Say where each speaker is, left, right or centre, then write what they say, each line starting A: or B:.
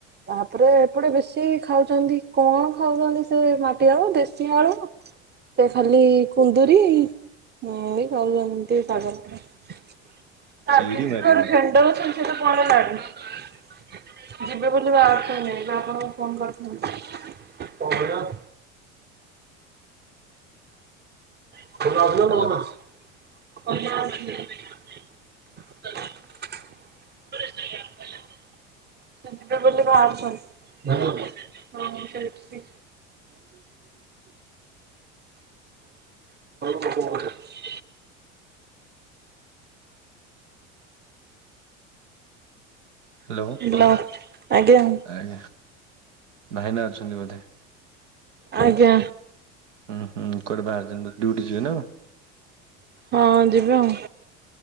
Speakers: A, on the right; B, on the right.
A: ତାପରେ ଏପଟେ ବେଶୀ ଖାଉଛନ୍ତି କଣ ଖାଉଛନ୍ତି ସେ ମାଟି ଆଳୁ ଦେଶୀ ଆଳୁ। ସେ ଖାଲି କୁନ୍ଦୁରି ଏ ଖାଉଛନ୍ତି ଶାଗ। <unintelligible>
B: ଚିଡି ମାରିବନି
A: ଯିବେ ବୋଲି ବାହାରୁଥିଲେ ଆପଣଙ୍କୁ ଫୋନ କରିଛନ୍ତି। <unintelligible>
B: ହାଲୋ
A: <unintelligible> ସେ ଯିବେ ବୋଲି ବାହାରୁଛନ୍ତି ହଁ ସେଇଟୁ ସେ। <unintelligible>
B: ହାଲୋ।
A: ହାଲୋ, ଆଜ୍ଞା।
B: ଆଜ୍ଞା। ଭାଇନା ଅଛନ୍ତି ବୋଧେ?
A: ଆଜ୍ଞା।
B: ହୁଁ ହୁଁ କୋଆଡ଼େ ବାହାରିଛନ୍ତି ଡ୍ୟୁଟି ଯିବେ ନା କଣ?
A: ହଁ ଯିବେ ଆଉ